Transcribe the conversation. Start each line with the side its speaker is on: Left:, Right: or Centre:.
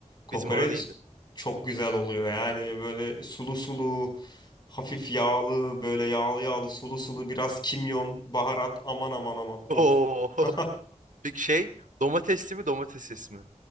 Left: Kokoreç
Right: Bizim orada değildi.
Left: çok güzel oluyor yani böyle sulu sulu, hafif yağlı, böyle yağlı yağlı, sulu sulu, biraz kimyon, baharat. Aman aman aman. Of.
Right: Oo. <laughs>
Left: <laughs>
Right: Peki şey domatesli mi domatessiz mi?